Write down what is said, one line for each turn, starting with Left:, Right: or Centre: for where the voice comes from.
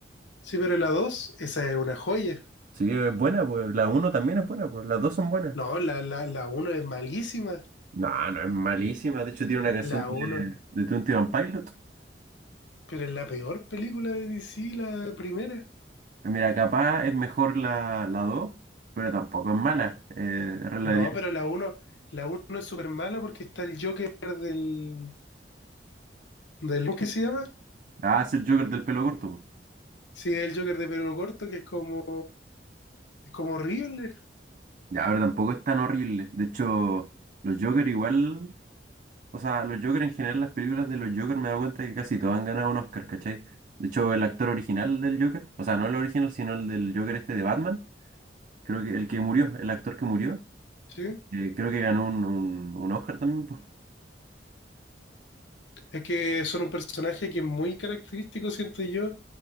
Left: Sí, pero la 2 esa es una joya.
Right: Sí, es buena, pues la uno también es buena, pues las dos son buenas.
Left: No, la, la, la 1 es malísima.
Right: No, no es malísima, de hecho tiene una canción
Left: La uno
Right: de, de Twenty One Pilots
Left: pero es la peor película de DC, la primera.
Right: Mira, capaz es mejor la, la 2, pero tampoco es mala. Eh, es relativamente-
Left: No, pero la uno, la uno es súper mala porque está el Joker del, del... ¿Cómo que se llama?
Right: Ah, es el Joker del pelo corto. po.
Left: Sí, el Joker de pelo corto, que es como, es como horrible,
Right: Ya, pero tampoco es tan horrible. De hecho, los Joker igual, o sea, los Joker en general, las películas de los Joker me he dado cuenta que casi todos han ganado un Oscar, ¿cachai? De hecho, el actor original del Joker, o sea, no el original, sino el del Joker este de Batman, creo que el que murió, el actor que murió,
Left: ¿sí?
Right: eh, creo que ganó un, un, un Oscar también, pues.
Left: Es que son un personaje que es muy característico, siento yo,